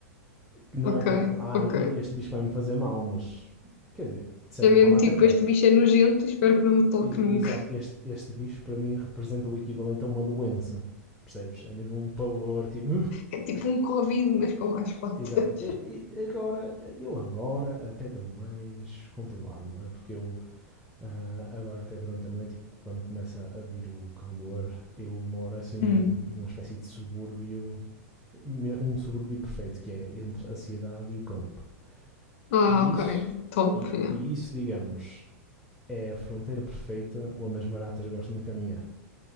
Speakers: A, in the centre; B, on the left.
A: que não
B: Ok,
A: é tipo, ah,
B: ok.
A: este bicho vai me fazer mal, mas quer dizer, de certa
B: É mesmo
A: forma
B: tipo,
A: até pode.
B: este bicho é nojento, espero que não me toque
A: Exato,
B: nunca.
A: este, este bicho para mim representa o equivalente a uma doença, percebes? É mesmo um pavor, tipo.
B: É tipo um Covid, mas com mais patas.
A: Exato. E, e agora, eu agora até estou mais controlado, não é? Porque eu ah, agora até durante a noite, e quando começa a vir o calor, eu moro assim
B: Hum.
A: num- numa espécie de subúrbio, um subúrbio perfeito, que é entre a cidade e o campo.
B: Ah,
A: E isso,
B: ok. Top,
A: e,
B: yeah.
A: e isso digamos, é a fronteira perfeita onde as baratas gostam de caminhar,